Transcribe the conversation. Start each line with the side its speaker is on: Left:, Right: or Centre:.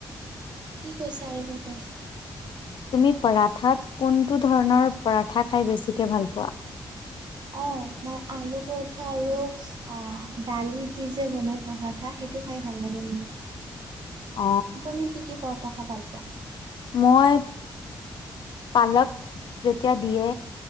Right: কি কৈছা আৰু এবাৰ কোৱাচোন
Left: তুমি পাৰাঠাত কোনটো ধৰণৰ পাৰাঠা খাই বেছিকে ভাল পোৱা
Right: অ মই আলু পৰঠা আৰু অ দালিত দি যে বনাই পাৰাঠা সেইটো খাই ভাল লাগে মোৰ
Left: অ
Right: তুমি কি কি পঢ় খাদ্য খাই ভাল পোৱা
Left: মই পালক যেতিয়া দিয়ে